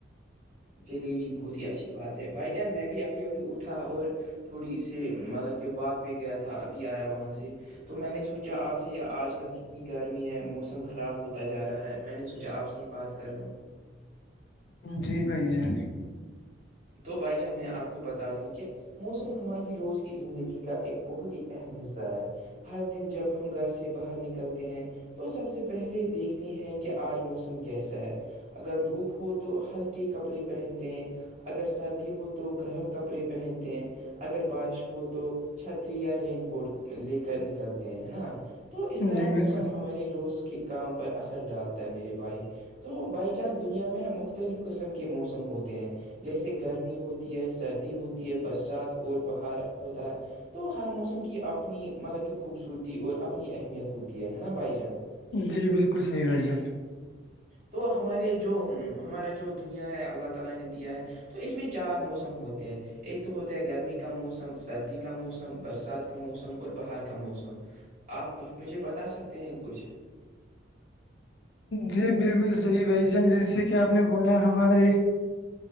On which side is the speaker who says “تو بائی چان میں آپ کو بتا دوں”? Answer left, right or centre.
Right